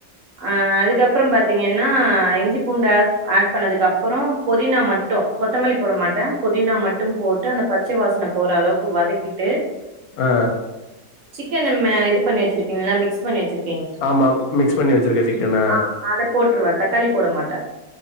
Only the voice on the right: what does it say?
ஆ அதுக்கப்பறம் பாத்தீங்கன்னா இஞ்சி பூண்டு அஸ் ஆட் பண்ணதுக்கு அப்ரோ புதினா மட்டு கொத்தமல்லி போட மாட்டே புதினா மட்டு போட்டு அந்த பச்ச வாசன போற அளவுக்கு வதக்கிட்டு
க்க நம்ம இது பண்ணி வச்சி இருப்பிங்கலா மிக்ஸ் பண்ணி வச்சிரு
ஆ அதை போட்டுருவேன் தக்காளி போட மாட்ட